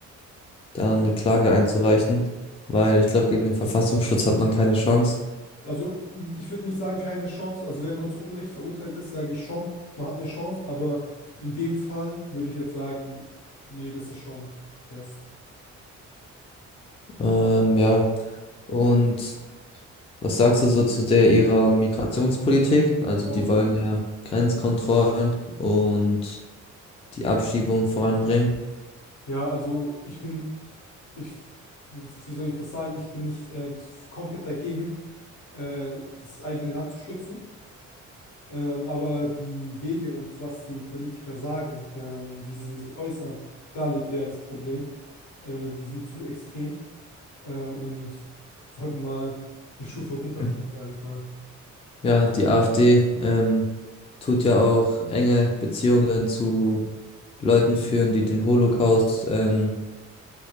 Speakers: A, on the left (about 20°); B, on the left (about 75°).
A: da eine Klage einzureichen, weil ich glaube, gegen den Verfassungsschutz hat man keine Chance.
B: Also ich würde nicht sagen, keine Chance. Also wenn man zu Unrecht verurteilt ist, sage ich schon, man hat eine Chance. Aber in dem Fall würde ich jetzt sagen, nee, das ist schon fest.
A: Ähm, ja. Und Was sagst du so zu der ihrer Migrationspolitik? Also
B: Äh,
A: die wollen ja Grenzkontrollen und die Abschiebung voranbringen.
B: ja, also ich bin, ich, wie soll ich das sagen? Ich bin nicht äh, komplett dagegen, äh, das eigene Land zu schützen. Ähm, aber die Wege und was die Politiker sagen, ähm, wie sie sich äußern, da liegt eher das Problem. Äh, die sind zu extrem. äh, und wollten mal eine Stufe runterfahren,
A: Hm.
B: sage ich mal.
A: Ja, die AfD ähm, tut ja auch enge Beziehungen zu Leuten führen, die den Holocaust ähm,